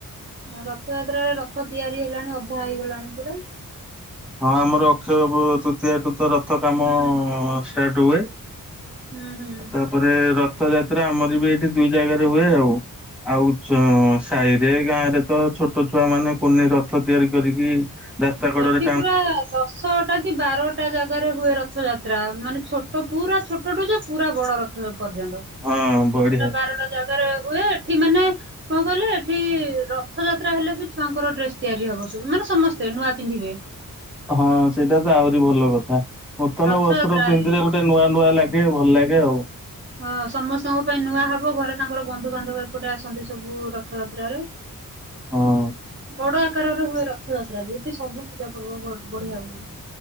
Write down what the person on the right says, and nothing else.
ହ ରଥଯାତ୍ରାରେ ରଥ ତିଆରି ହେଲାଣି। ଅଧା ହେଇଗଲାଣି ପୁରା।
ହୁଁ
ହୁଁ ହୁଁ।
ଏଠି ପୁରା ଦଶଟା କି ବାରଟା ଜାଗାରେ ହୁଏ ରଥଯାତ୍ରା। ମାନେ ଛୋଟ ପୁରା ଛୋଟଟୁ ଯ ପୁରା ବଡ ରଥ। ପର୍ଯ୍ୟନ୍ତ
ଦଶଟା ବାରଟା ଜାଗାରେ ହୁଏ ଏଠି ମାନେ କଣ କହିଲେ ଏଠି ରଥଯାତ୍ରା ହେଲେ ବି ଛୁଆଙ୍କର ଡ୍ରେସ ତିଆରି ହବ ସବୁ ମାନେ ସମସ୍ତେ ନୂଆ ପିନ୍ଧିବେ।
ରଥଯାତ୍ରା
ହେଲେ
ହଁ ସମସ୍ତଙ୍କ ପାଇଁ ନୂଆ ହବ ଘରେ ତାଙ୍କର ବନ୍ଧୁ ବାନ୍ଧବ ଏପଟେ ଆସନ୍ତି ସବୁ ରଥଯାତ୍ର ରେ।
ବଡ ଆକାରରେ ହୁଏ ରଥଯାତ୍ରା ବି ଏଠି ସବୁ ପୂଜା ପର୍ବ ବଢିଆ ହୁଏ।